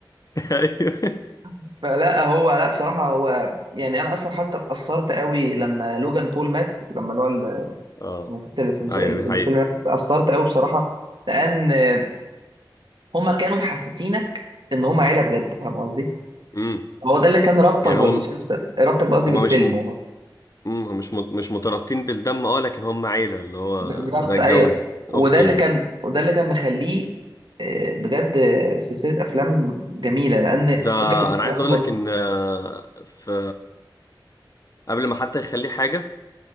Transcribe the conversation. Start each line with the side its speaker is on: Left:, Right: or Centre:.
Left: ايوه
Right: <laughs> فلا هو لا بصراحه هو يعني انا اصلا حتى اتاثرت قوي لما لوجان بول مات لما اللي هو
Left: اه
Right: الممثل اللي في المس-
Left: ايوه
Right: اللي
Left: دي
Right: في
Left: حقيقة
Right: الفيلم مات، اتاثرت قوي بصراحه لان آه، هما كانوا محسسينك ان هما عيله بجد فاهم قصدي
Left: امم
Right: هو ده اللي كان رابطك
Left: يعني
Right: بالمسلسل
Left: هم
Right: رابطك بقصدي
Left: هم
Right: بالفيلم
Left: مش م... مم، هم مش مت... مش مترابطين بالدم اه لكن هم عيلة اللي هو
Right: بالظبط
Left: ده اتجوز
Right: ايوه وده
Left: اخته
Right: اللي كان وده اللي كان مخليه آه، بجد آه، سلسله افلام جميله لان
Left: ده
Right: انت كنت
Left: انا
Right: كمان
Left: عايز اقول
Right: مرت
Left: لك ان آه، في قبل ما حتى يخليه حاجة